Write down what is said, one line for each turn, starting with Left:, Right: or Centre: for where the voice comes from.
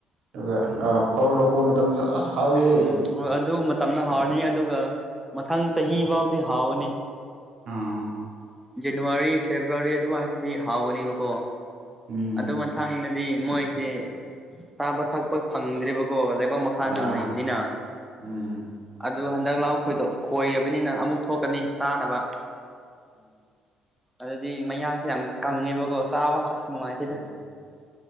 Right: ꯑꯗꯨꯒ ꯐꯧ ꯂꯣꯛꯄ ꯃꯇꯝꯗ ꯑꯁ ꯍꯥꯎꯋꯤꯍꯦ
Centre: ꯎꯝ ꯑꯣ ꯑꯗꯨ ꯃꯇꯝꯗ ꯍꯥꯎꯔꯅꯤ ꯑꯗꯨꯒ ꯃꯊꯪ ꯆꯍꯤ ꯐꯥꯎꯗꯤ ꯍꯥꯎꯒꯅꯤ
Right: ꯑꯥ
Centre: ꯖꯅꯋꯥꯔꯤ ꯐꯦꯕ꯭ꯔꯨꯋꯥꯔꯤ ꯑꯗꯨꯋꯥꯏꯗꯗꯤ ꯍꯥꯎꯒꯅꯦꯕꯀꯣ
Right: ꯎꯝ
Centre: ꯑꯗꯨ ꯃꯊꯪ ꯗꯤ ꯃꯣꯏꯁꯦ ꯆꯥꯕ ꯊꯛꯄ ꯐꯪꯗ꯭ꯦꯔꯤꯕꯀꯣ ꯂꯩ ꯃꯈꯥ
Right: ꯑꯥ
Centre: ꯗꯨꯝ ꯂꯩꯕꯅꯤꯅ
Right: ꯎꯝ
Centre: ꯑꯗꯨꯒ ꯍꯟꯗꯛ ꯂꯥꯎ ꯈꯣꯏꯗꯣꯛ ꯈꯣꯏꯔꯕꯅꯤꯅ ꯑꯃꯨꯛ ꯊꯣꯛꯀꯅꯤ ꯆꯥꯅꯕ ꯑꯗꯨꯗꯤ ꯃꯌꯥꯡꯁꯦ ꯌꯥꯝ ꯀꯪꯉꯦꯕꯀꯣ ꯆꯥꯕ ꯑꯁ ꯅꯨꯡꯉꯥꯏꯇꯦꯗ
Right: ꯎꯝ